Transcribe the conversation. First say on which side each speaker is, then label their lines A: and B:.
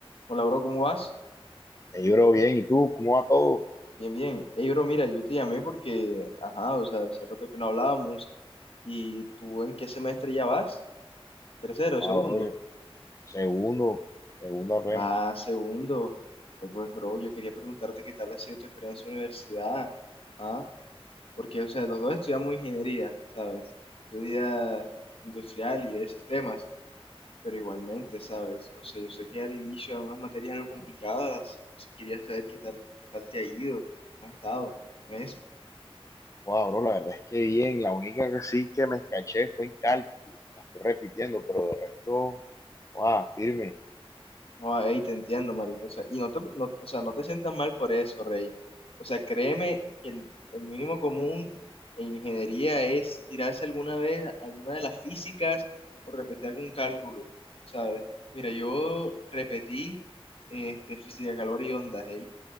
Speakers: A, on the left (about 65°); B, on the left (about 30°).
A: Hola, bro, ¿cómo vas?
B: Eh, yo bro, bien, ¿y tú? ¿Cómo va todo?
A: Bien, bien. Hey, bro, mira, yo te llamé porque, ajá, o sea, hace rato que no hablábamos. ¿Y tú en qué semestre ya vas? ¿Tercero,
B: Ah,
A: segundo?
B: bro, yo- segundo, segundo apenas.
A: Ah, segundo. Eh, pues, bro, yo quería preguntarte qué tal ha sido tu experiencia en la universidad. Ah, porque, o sea, los dos estudiamos ingeniería, ¿sabes? Estudia industrial y de sistemas, pero igualmente, ¿sabes? O sea, yo sé que al inicio eran unas materias algo complicadas. Quería saber qué tal, qué tal te ha ido, cómo has estado, ¿no es?
B: Wow, bro, la verdad es que bien, la única que sí que me escaché fue en cálculo, la estoy repitiendo, pero de resto, wow, firme,
A: Joder, ey, te entiendo, marico. O sea, y no te, no- o sea, no te sientas mal por eso, Rey. O sea, créeme que el, el mínimo común en ingeniería es tirarse alguna vez alguna de las físicas o repetir algún cálculo, ¿sabes? Mira, yo repetí este, física de calor y ondas, ey.